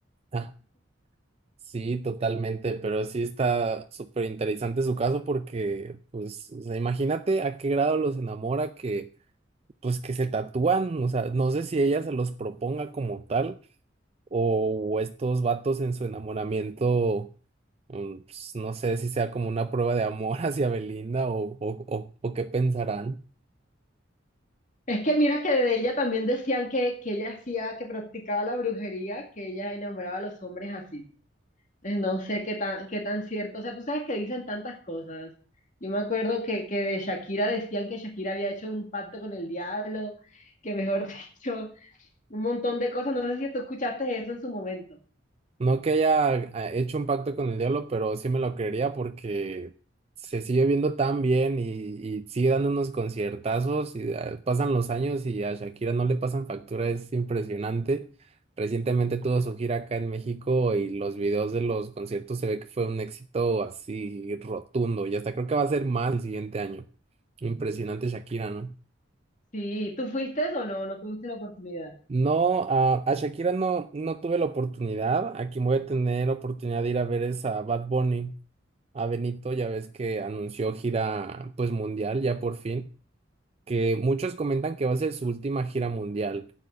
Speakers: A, on the right; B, on the left.
A: Ah, sí, totalmente, pero sí está súper interesante su caso porque, pues, o sea, imagínate a qué grado los enamora que, pues, que se tatúan, o sea, no sé si ella se los proponga como tal o estos vatos en su enamoramiento, mm, pues, no sé si sea como una prueba de amor <laughs> hacia Belinda o, o, o, o qué pensarán.
B: Es que mira que de ella también decían que, que ella hacía, que practicaba la brujería, que ella enamoraba a los hombres así. Eh, No sé qué tan, qué tan cierto, o sea, tú sabes que dicen tantas cosas. Yo me acuerdo que, que de Shakira decían que Shakira había hecho un pacto con el diablo, que mejor <laughs> dicho... un montón de cosas. No sé si tú escuchaste eso en su momento.
A: No que haya ah, hecho un pacto con el diablo, pero sí me lo creería porque se sigue viendo tan bien y, y sigue dando unos conciertazos y ah, pasan los años y a Shakira no le pasan factura, es impresionante. Recientemente tuvo su gira acá en México y los videos de los conciertos se ve que fue un éxito así rotundo y hasta creo que va a ser más el siguiente año. Impresionante Shakira, ¿no?
B: Sí, ¿tú fuiste o no? No tuviste la oportunidad.
A: No, a, a Shakira no, no tuve la oportunidad. Aquí voy a tener oportunidad de ir a ver es a Bad Bunny, a Benito, ya ves que anunció gira pues mundial ya por fin, que muchos comentan que va a ser su última gira mundial,